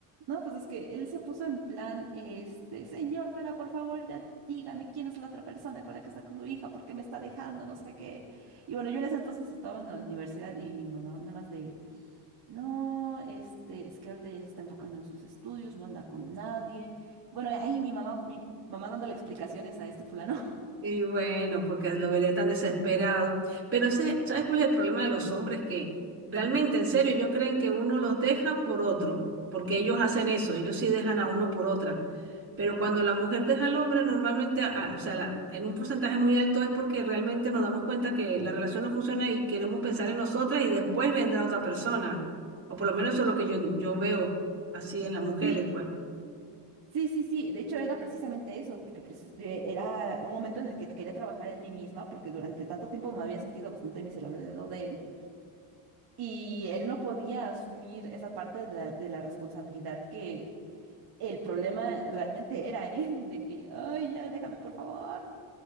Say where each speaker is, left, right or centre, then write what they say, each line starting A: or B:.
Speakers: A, on the right (about 50°); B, on the right (about 30°).
A: no, pues es que él se puso en plan, este, señora, por favor, ya dígame quién es la otra persona con la que está con su hija, por qué me está dejando, no sé qué. Y bueno, yo en ese entonces estaba en la universidad y mi mamá nada más de, no, este, es que ahorita ya se está enfocando en sus estudios, no anda con nadie. Bueno, ahí mi mamá, mi mamá dándole explicaciones a este fulano. <laughs>
B: Y bueno, porque lo vería tan desesperado. Pero sé, ¿sabes cuál es el problema de los hombres? Que realmente, en serio, ellos creen que uno los deja por otro, porque ellos hacen eso, ellos sí dejan a uno por otra. Pero cuando la mujer deja al hombre, normalmente, a- o sea, la- en un porcentaje muy alto es porque realmente nos damos cuenta que la relación no funciona y queremos pensar en nosotras y después vendrá otra persona. O por lo menos eso es lo que yo, yo veo así en las mujeres,
A: Sí,
B: pues.
A: sí, sí, sí. De hecho, era precisamente eso, porque precis- eh, era un momento en el que quería trabajar en mí misma, porque durante tanto tiempo me había sentido bastante miserable del lado de él. Y él no podía asumir esa parte de la, de la responsabilidad que el problema realmente era él, de que, ay, ya, déjame, por favor.